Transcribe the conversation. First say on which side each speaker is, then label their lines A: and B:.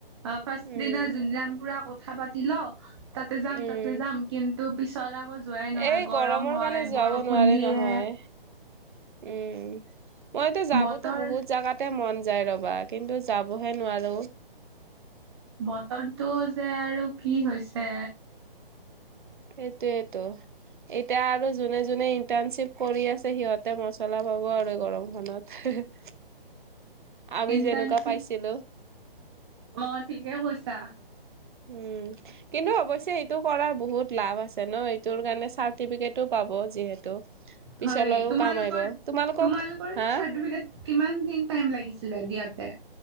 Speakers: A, on the right; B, on the right.
A: অ' ফাৰ্ষ্ট
B: উম
A: দিনা যোনযাম পুৰা কথা পা তিলো। তাতে যাম,
B: উম
A: তাতে যাম, কিন্তু পিছত আকৌ যোৱাই নহয়
B: এই
A: গৰম
B: গৰমৰ
A: হয়
B: কাৰণে যাব
A: বৰষুণ
B: নোৱাৰি
A: দিয়ে।
B: নহয় উম, মইতো যাবতো
A: বতৰ
B: বহুত জাগাত তে মন যায় ৰ'বা, কিন্তু যাবহে নোৱাৰো।
A: বতৰটো যে আৰু কি হৈছে?
B: সেইটোৱেটো। এতিয়া আৰু যোনে, যোনে ইন্টাৰ্ণশ্বিপ কৰি আছে সিহঁতে মচলা পাব আৰু। গৰমখনত হে-হে। আমি
A: ইণ্টাৰ্ণশ্বিপ
B: যেনেকুৱা পাইছিলো।
A: অ' ঠিকে কৈছা।
B: উম, কিন্তু অৱশ্যে এইটো কৰাৰ বহুত লাভ আছে ন? এইটোৰ কাৰণে চাৰ টিফিকেটো পাব যিহেতু পিছলৈও
A: হয় তোমালোকৰ
B: কাম আহিব তোমালোকক
A: তোমালোকৰ
B: হা
A: চাৰ্টিফিকেট কিমান দিন টাইম লাগিছিলে দিয়াতে?